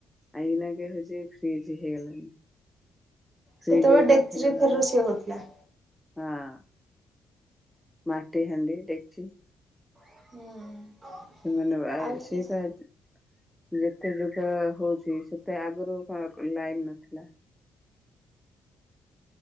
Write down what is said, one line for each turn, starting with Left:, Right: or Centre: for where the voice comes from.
Centre: ଆଇନାଗ ହଉଛି ଫ୍ରିଜ ହେଇଗଲାଣି ଫ୍ରିଜରେ
Right: ସେତେବେଳେ ଡେକ୍ଚ
Centre: ରଖିଦେଲା
Right: ଫେର
Centre: ବେଳକୁ
Right: ର ସେଏ ହଉଥିଲା
Centre: ହଁ ମାଟି ହାଣ୍ଡି ଦେଡଖଚ
Right: ହୁଁ
Centre: ସେମାନୋନେ
Right: ଆଉ
Centre: ସେଇପାଇ
Right: ଏଇଟା
Centre: ଯେତେ ଯୁଗ ହଉଛି ସେତେ ଆଗରୁ କଣ ଲାଇନ ନଥିଲା